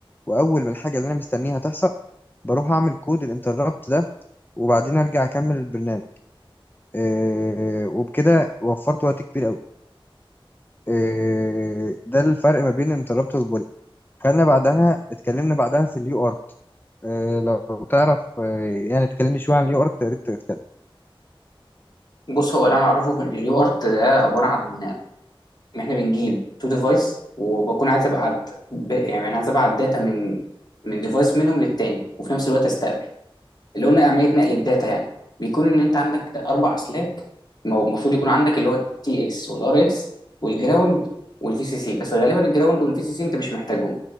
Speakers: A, on the left; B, on the left.
A: واول ما الحاجه اللي انا مستنيها تحصل بروح اعمل كود الانتربت ده وبعدين ارجع اكمل البرنامج إيه وبكده وفرت وقت كبير قوي إيه ده الفرق ما بين الانتربت والبولي خلينا بعدها اتكلمنا بعدها في اليو ار إيه لو تعرف إيه يعني اتكلمني شويه عن اليو ار يا ريت تتكلم
B: بص هو اللي انا اعرفه في ان اليو ارت ده عباره عن ان احنا بنجيب تو ديفايس وبكون عايز ابعت ب... يعني انا عايز ابعت داتا من من ديفايس منهم للتاني وفي نفس الوقت استقبل اللي هو عمليه نقل الداتا يعني بيكون ان انت عندك اربع اسلاك مو- المفروض يكون عندك اللي هو التي اكس والار اكس والجراوند والفي سي سي بس غالبا الجراوند والفي سي سي انت مش محتاجهم